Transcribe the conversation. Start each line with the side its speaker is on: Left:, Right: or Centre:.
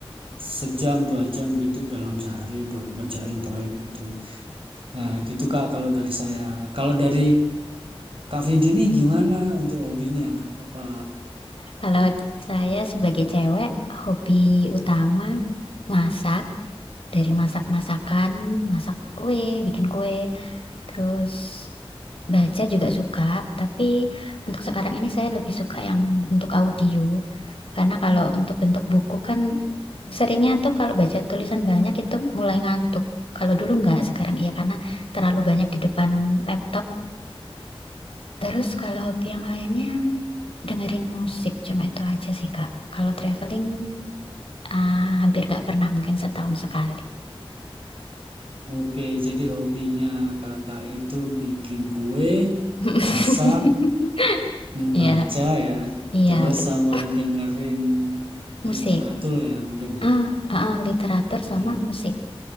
Right: sejam dua jam gitu dalam sehari buat ngerjain proyek itu. Nah, gitu Kak kalau dari saya. Kalau dari Kak Vindi ini gimana untuk hobinya? Apa
Left: Kalau saya sebagai cewek, hobi utama masak. Dari masak-masakan, masak kue, bikin kue, terus Baca juga suka, tapi untuk sekarang ini saya lebih suka yang bentuk audio. Karena kalau untuk bentuk buku kan seringnya tuh kalau baca tulisan banyak itu mulai ngantuk. Kalau dulu nggak, sekarang iya karena terlalu banyak di depan laptop. Terus kalau hobi yang lainnya dengerin musik cuma itu aja sih Kak. Kalau traveling ah, hampir nggak pernah mungkin setahun sekali.
Right: Oke, jadi hobinya Kakak itu bikin kue,
Left: <laughs>
Right: masak, Membaca
Left: Iya,
Right: ya,
Left: iya
Right: terus
Left: betul.
Right: sama dengerin
Left: Musik.
Right: literatur ya mungkin
Left: Ah,
Right: ya,
Left: ah, ah, literatur sama
Right: ya
Left: musik.